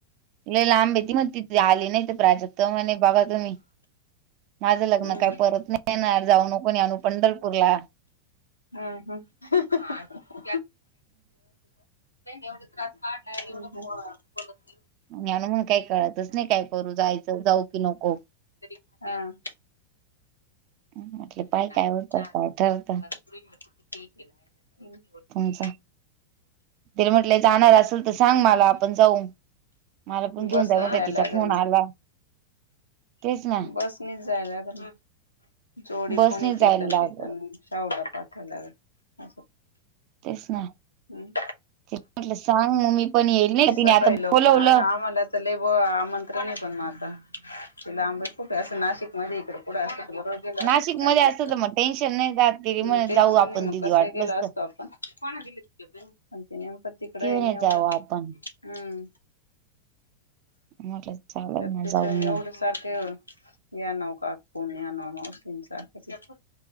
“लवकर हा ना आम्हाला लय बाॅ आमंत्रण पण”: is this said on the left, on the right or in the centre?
Left